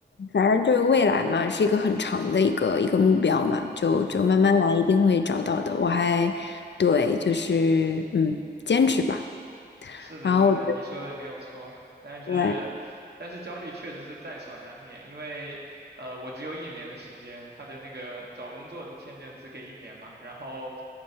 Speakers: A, on the left (about 75°); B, on the right (about 65°).
A: 反正这个未来嘛，是一个很长的一个一个目标嘛，就就慢慢来，一定会找到的。我还对，就是嗯，坚持吧。
B: 是的，
A: 然后我觉得
B: 是的，你说的没有错，但是，
A: 对，
B: 但是焦虑确实是在所难免，因为，呃，我只有一年的时间，他的那个找工作的签证只给一年嘛，然后，